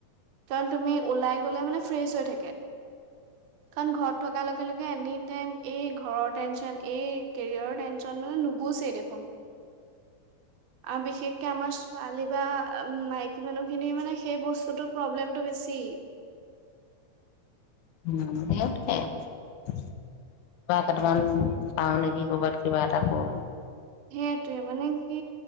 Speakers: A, on the right (about 85°); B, on the left (about 85°).
A: কাৰণ তুমি ওলাই গলে মানে ফ্ৰেচ হৈ থাকে। কাৰণ ঘৰত থকাৰ লগে লগে এনি টাইম এই ঘৰৰ টেনচন এই কেৰিয়াৰৰ টেনচন মানে নুগুছেই দেখোন। অ বিশেষকে আমাৰ ছোৱালী বা মাইকী মানুহখিনিৰ মানে সেই বস্তুটোৰ প্ৰব্লেমটো বেছি।
B: উ <unintelligible> সেইে কিবা কেইটামান পাও নেকি কৰ'বাত কিবা এটা কৰো।
A: সেইতোয়ে মানে কি